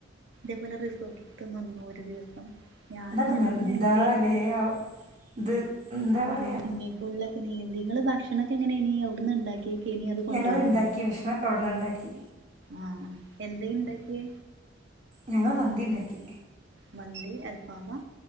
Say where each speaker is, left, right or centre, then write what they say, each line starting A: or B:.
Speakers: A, on the right; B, on the right.
A: അത്പോലെ റിസോർട്ടിക്കും വന്നു ഒരു ദിവസം ഞാനും
B: അതൊക്കെ
A: ഞങ്ങള ഫാമിലി
B: എന്താല്ലേ
A: ആയിട്ട്
B: ഇത് എന്താ
A: ആ
B: പറയാ
A: ഇനിയിപ്പോള്ള നീന്തേ നിങ്ങള് ഭക്ഷണൊക്കെ എങ്ങനെ, ഇനി അവിടന്ന് ഉണ്ടാക്കിയക്ക ഇനി അത് കൊണ്ട്പോയ്ക്ക
B: ഞങ്ങൾ ഉണ്ടാക്കി ഭക്ഷണമൊക്കെ അവിടുന്ന് ഉണ്ടാക്കി
A: ആ എന്തെ ഇണ്ടാക്യെ
B: ഞങ്ങള് മന്തി ഇണ്ടാക്കി
A: മന്തി അൽഫാമാ?